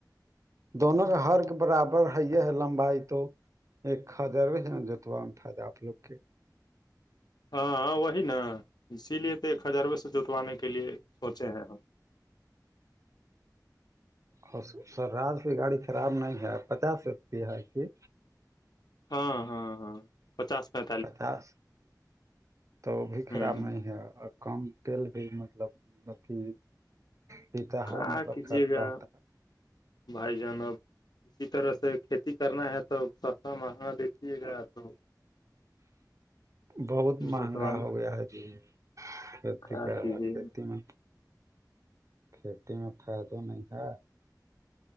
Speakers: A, on the right; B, on the left.
A: دونوں کے ہر کے برابر ہے یہ ہے لمبائی تو ایک خر ہے نا جوتوا میں فائدہ آپ لوگ کے
B: ہاں ہاں وہی نا اسی لیے تو ایک ہزار روئے سے جوتوانے کے لیے سوچے ہیں ہم
A: اور سر آج کی گاڑی خراب نہیں ہے پچاس ری ہے کہ
B: ہاں ہاں ہاں پچاس میں
A: پچاس تو بھی خراب
B: ہوں
A: نہیں ہے اور کم تل بھی مطلب اھی پیتا
B: کیا
A: ہے مطلب
B: کیجیے
A: خرچا
B: گا
A: ہوتا ہے
B: بھائی جانب اسی طرح سے کھیتی کرنا ہے تو سستا مہنگا دییکھیے گا تو
A: بہت مہنگا
B: جوتوانا
A: ہو گیا ہے جی کھیتی
B: کیا
A: کر
B: کیجیے
A: گ کھیتی میں کھیتی میں فائد نہیں ہے